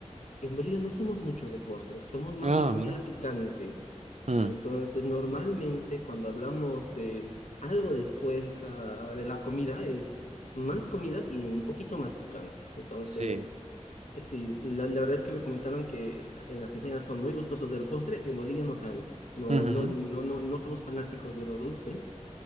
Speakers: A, on the left (about 75°); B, on the right (about 65°).
A: en Bolivia no somos mucho de postres, somos más
B: Ah,
A: de comida
B: mira.
A: picante.
B: Mm,
A: Ah, entonces, normalmente cuando hablamos de algo después, ah, de la comida, es más comida y un poquito más picante. Entonces,
B: sí.
A: sí, la, la verdad es que me comentaron que en Argentina son muy gustosos del postre, en Bolivia no tanto. No,
B: Ujú,
A: no, no, no, no somos fanáticos de lo dulce